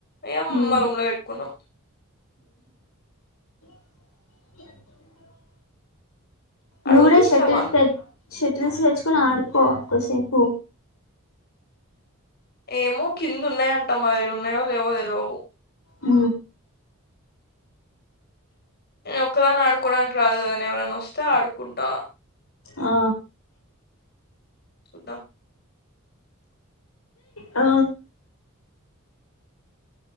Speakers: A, on the left; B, on the left.
A: ఏం
B: ఉమ్
A: మా రూమ్ లో పెట్టుకున్నాం
B: అ నువ్
A: అడుగుతే
B: గూడ షెటిల్స్
A: ఇస్తామన్న
B: పెట్ షెటిల్స్ తెచ్చుకొని ఆడుకో కోసేపు
A: ఏమో కిందున్నాయంట మరి ఉన్నాయో లేవో తెల్వవు
B: ఊ
A: నేను ఒక్కదాని ఆడుకోవడానికి రాదు కదా నే ఎవరైనొస్తే ఆడుకుంటా
B: ఆ
A: చూద్దాం
B: ఆ